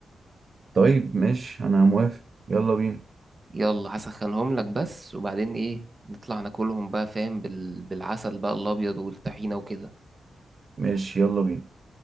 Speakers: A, on the right; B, on the right.
A: طيب ماشي أنا موافق يلا بينا
B: يلا هسخنهم لك بس وبعدين ايه نطلع ناكلهم بقى فاهم بال... بالعسل بقى الابيض والطحينه وكده
A: ماشي يلا بينا